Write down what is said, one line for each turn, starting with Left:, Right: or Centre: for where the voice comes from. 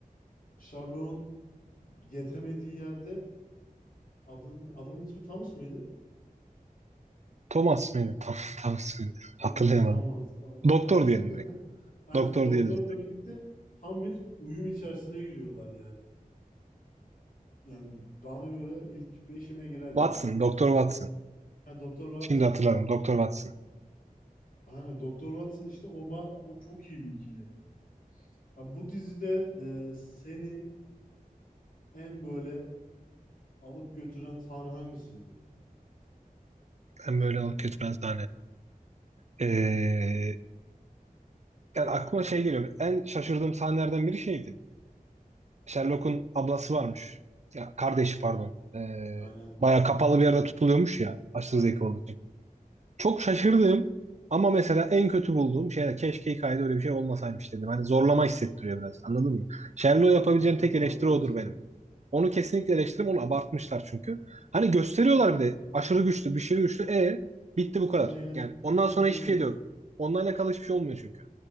Left: Sherlock'un yetemediği yerde adın, adamın ismi Thomas mıydı?
Right: Thomas mıydı? <laughs> Tam, Thomas mıydı?
Left: Thomas,
Right: Hatırlayamadım.
Left: Thomas. a- Ben.
Right: Doktor
Left: <laughs>
Right: diyelim direkt.
Left: Aynen
Right: Doktor
Left: doktorla
Right: diyelim.
Left: birlikte tam bir uyum içerisine giriyorlar yani. Yani bana göre ilk beşime girer ya.
Right: Watson,
Left: ilk üçüme
Right: Doktor
Left: girer.
Right: Watson.
Left: Ha, Doktor
Right: Şimdi
Left: Watson.
Right: hatırladım. Doktor Watson.
Left: Aynen Doktor Watson işte o, ba- o çok iyi bir ikili. Ya bu dizide e, seni En böyle alıp götüren sahne hangisiydi?
Right: Hem
Left: Senin
Right: böyle hak
Left: böyle.
Right: etmez sahne. Ee, yani aklıma şey geliyor. En şaşırdığım sahnelerden biri şeydi. Sherlock'un ablası varmış. Ya kardeşi pardon. Ee,
Left: Aynen.
Right: bayağı
Left: A-
Right: kapalı bir yerde tutuluyormuş ya. Aşırı
Left: aynen.
Right: zeki olduğu için. Çok şaşırdığım ama mesela en kötü bulduğum şey de keşke hikayede öyle bir şey olmasaymış dedim. Hani zorlama hissettiriyor biraz. Anladın mı? Sherlock'u yapabileceğim
Left: Anladım,
Right: tek
Left: anladım
Right: eleştiri odur
Left: seni.
Right: benim. Onu kesinlikle eleştiririm. Onu abartmışlar çünkü. Hani gösteriyorlar bir de aşırı güçlü, bir şey güçlü. E
Left: A-
Right: bitti bu kadar.
Left: Ne yani?
Right: Yani
Left: Bitti
Right: ondan sonra hiçbir
Left: bu kadar.
Right: şey de yok. Onunla alakalı hiçbir şey olmuyor çünkü.